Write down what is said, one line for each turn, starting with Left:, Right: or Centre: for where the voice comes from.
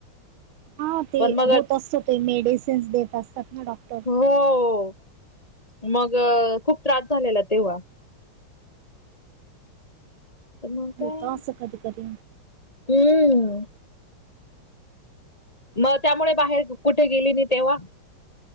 Right: हा ते
Left: मग
Right: होत असतो ते मेडिसिन्स देत असतात ना डॉक्टर
Left: हो. मग खूप त्रास झालेला तेव्हा तर मग काय
Right: होत असं कधी कधी
Left: हम् मग त्यामुळे बाहेर कुठे गेली नाही तेव्हा